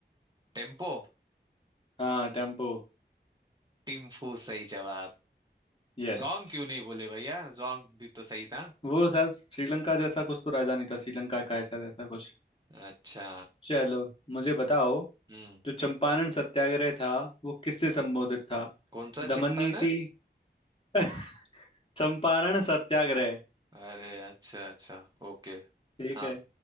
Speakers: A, on the right; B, on the left.
A: टेम्पो
B: हाँ टेम्पू
A: टिम्फू सही जवाब
B: यस
A: जोंग क्यों नहीं बोले भैया जोंग भी तो सही था
B: वो शायद श्रीलंका जैसा कुछ तो राजधानी था श्रीलंका का है शायद ऐसा जैसा कुछ
A: अच्छा
B: चलो मुझे बताओ
A: हम्म
B: जो चंपारण सत्याग्रह था वो किससे संबोधित था
A: कौन सा
B: दमन
A: चिंपैनर
B: नीति <laughs> चंपारण सत्याग्रह
A: अरे अच्छा अच्छा ओके
B: ठीक
A: हाँ
B: है